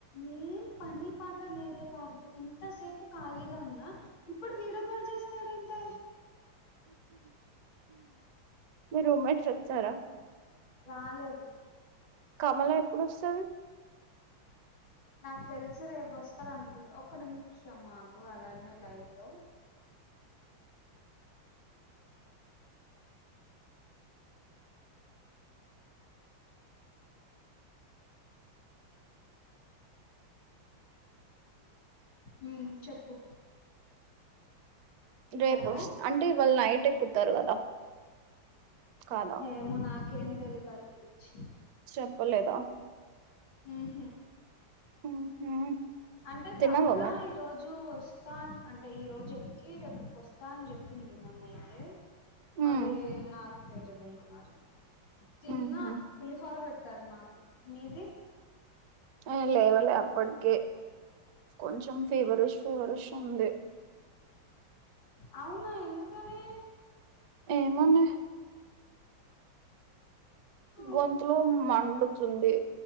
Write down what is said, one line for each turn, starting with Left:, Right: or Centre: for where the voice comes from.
Left: ఏం పని పాట లేదే పార్దుకి ఇంతసేపు ఖాళీగా ఉన్నా ఇప్పుడు వీడియో కాల్ చేస్తాడెంటే
Right: మీ రూమెట్స్ వచ్చారా
Left: రాలేదు
Right: కమలా ఎప్పుడు వస్తది
Left: నాకు తెలిసి రేపు వస్తారు అనుకుంటా ఒక్క నిమిషం ఆగు అలానే లైన్ లో ఉ చెప్పు
Right: రేపు
Left: హలో
Right: వాస్ అంటే ఇవాళ్ళ నైట్ ఎక్కుతారు కదా కాదా
Left: ఏమో నాకేం తెలిదు దాలగురించి
Right: చెప్పలేదా
Left: ఉహు
Right: మ్మ్
Left: అంటే
Right: తిన్నావా
Left: కమలా
Right: మరి
Left: ఇ రోజు వస్తా అంటే ఈ రోజు ఎక్కి రేపటికి వస్తా అని చెప్పింది మొన్నయితే
Right: మ్మ్
Left: మరి నాకు తెలిదు అండి మరి చిన్న
Right: మ్మ్ హ్మ్
Left: పులిహోర పెట్టారు మాకు మీది
Right: ఆ లేవలే అప్పటికి కొంచెం ఫీవరుష్ ఫీవరుష్ ఉంది
Left: అవును ఎందుకని
Right: ఏమోనే
Left: ఊ
Right: గొంతు మండుతుంది